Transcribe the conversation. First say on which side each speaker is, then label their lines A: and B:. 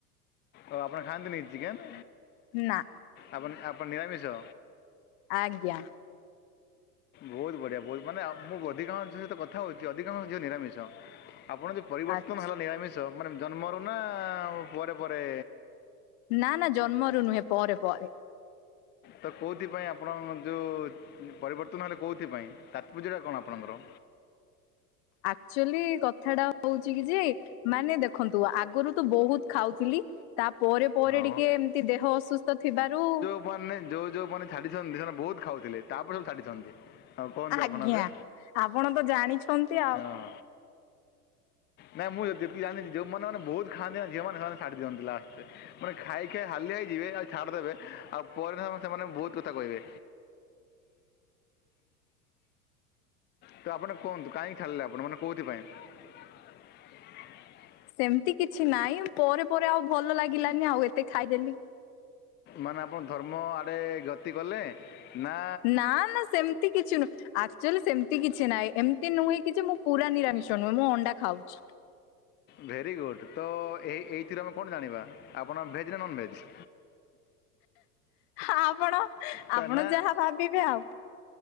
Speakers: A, on the left; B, on the left.
A: ଓ ଆପଣ ଖାଆନ୍ତି ନି କି ଚିକେନ୍?
B: ନା।
A: ଆପଣ୍ ଆପଣ ନିରାମିଷ?
B: ଆଜ୍ଞା।
A: ବହୁତ ବଢିଆ ବହୁତ ମାନେ ମୁଁ ଅଧିକାଂଶ ଝିଅ ସହିତ କଥା ହଉଛି ଅଧିକାଂଶ ଝିଅ ନିରାମିଷ ଆପଣ ଭି ପରିବର୍ତ୍ତନ
B: ଆଛା
A: ହେଲା ନିରାମିଷ ମାନେ ଜନ୍ମରୁ ନା ପରେ ପରେ।
B: ନା ନା ଜନ୍ମରୁ ନୁହେଁ ପରେ ପରେ।
A: ତ କୋଉଥିପାଇଁ ଆପଣଙ୍କ ଯୋଉ ପରିବର୍ତ୍ତନ ହେଲେ କୋଉଥିପାଇଁ ତାତ୍ପର୍ଯ୍ୟ ଟା କଣ ଆପଣଙ୍କର?
B: ଆକ୍ଚୁଆଲି କଥାଟା ହଉଛି କି ଯେ ମାନେ ଦେଖନ୍ତୁ ଆଗରୁ ତୁ ବହୁତ ଖାଉଥିଲି। ତା ପରେ ପରେ
A: ଓହୋ
B: ଟିକେ ଏମିତି ଦେହ ଅସୁସ୍ଥ ଥିବାରୁ
A: ମାନେ ଯୋଉ ଯୋଉମାନେ ଛାଡିଛନ୍ତି ସେମାନେ ବହୁତ ଖାଉଥିଲେ ତାପରେ ଛାଡିଛନ୍ତି। ହଁ କୁହନ୍ତୁ
B: ଆଜ୍ଞା
A: ଆପଣ ଏବେ
B: ଆପଣ ତ ଜାଣିଛନ୍ତି ଆଉ
A: ହଁ। ନାଇଁ ମୁଁ ଯେତିକି ଜାଣିଛି ଯୋଉମାନୋନ ବହୁତ ଖାଆନ୍ତି ଝିଅମାନେ ସେମାନେ ଛାଡି ଦିଅନ୍ତି ଲାଷ୍ଟ ରେ ମାନେ ଖାଇ ଖାଇ ହାଲିଆ ହେଇଯିବେ ଆ ଛାଡ଼ି ଦେବେ ଆଉ ପରେ ସେମାନେ ବହୁତ କଥା କହିବେ। ତ ଆପଣ କୁହନ୍ତୁ କାହିଁକି ଛାଡିଲେ ଆପଣ ମାନେ କୋଉଥିପାଇଁ? <unintelligible>
B: ସେମତି କିଛି ନାଇଁ ପରେ ପରେ ଆଉ ଭଲ ଲାଗିଲାନି ଆଉ ଏତେ ଖାଇଦେଲି।
A: ମାନେ ଆପଣ ଧର୍ମ ଆଡ଼େ ଗତି କଲେ ନା
B: ନା ନା ସେମିତି କିଛି ନ ଥିଲା। ଆକ୍ଚୁଆଲି ସେମିତି କିଛି ନାହିଁ ଏମିତି ନୁହେଁ କି ମୁଁ ପୁରା ନିରାମିଷ ନୁହେଁ ମୁଁ ଅଣ୍ଡା ଖାଉଛି।
A: ଭେରି ଗୁଡ୍ ତ ଏ ଏଇଥିରୁ ଆମେ କଣ ଜାଣିବା ଆପଣ ଭେଜ୍ ନା ନନ୍ ଭେଜ?
B: ଆପଣ?
A: ତ
B: ଆପଣ
A: ନା।
B: ଯାହା ଭାବିବେ ଆଉ